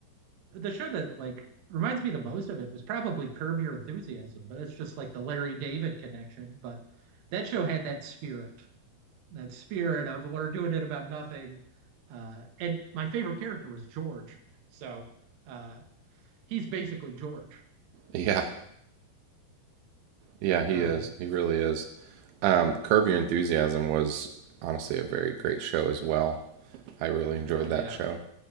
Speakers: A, on the right; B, on the right.
A: the show that like reminds me the most of it was probably Curb Your Enthusiasm, but it's just like the Larry David connection. But that show had that spirit, that spirit of we're doing it about nothing. Uh, and my favorite character was George, so uh, he's basically George
B: Yeah. Yeah, he
A: Uh,
B: is. He really is. Um Curb Your Enthusiasm was honestly a very great show as well. I really enjoyed
A: oh yeah,
B: that show.